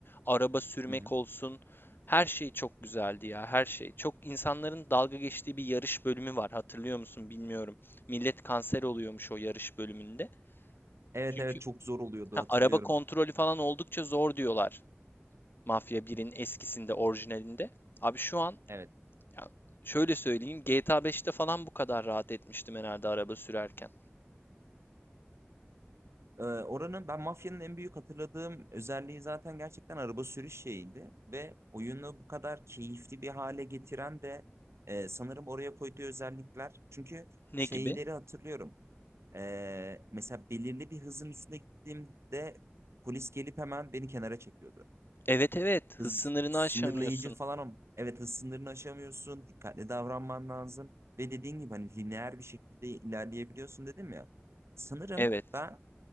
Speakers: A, on the left; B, on the right.
A: Araba sürmek
B: hı hı.
A: olsun. Her şey çok güzeldi ya, her şey. Çok insanların dalga geçtiği bir yarış bölümü var. Hatırlıyor musun bilmiyorum. Millet kanser oluyormuş o yarış bölümünde.
B: Evet
A: Çünkü
B: evet çok zor oluyordu
A: ha,
B: hatırlıyorum.
A: araba kontrolü falan oldukça zor diyorlar. Mafya birin eskisinde, orijinalinde. Abi şu an
B: Evet.
A: ya şöyle söyleyeyim, GTA 5'te falan bu kadar rahat etmiştim herhalde araba sürerken.
B: Ee, oranın ben mafyanın en büyük hatırladığım özelliği zaten gerçekten araba sürüş şeyiydi. Ve oyunu bu kadar keyifli bir hale getiren de e, sanırım oraya koyduğu özellikler. Çünkü
A: Ne
B: şeyleri
A: gibi?
B: hatırlıyorum. Ee, mesela belirli bir hızın üstüne gittiğimde polis gelip hemen beni kenara çekiyordu.
A: Evet evet, hız
B: hız
A: sınırını
B: sınırlayıcı
A: aşamıyorsun.
B: falan ama evet hız sınırını aşamıyorsun. Dikkatli davranman lazım. Ve dediğin gibi hani lineer bir şekilde ilerleyebiliyorsun dedim ya. Sanırım
A: Evet.
B: ben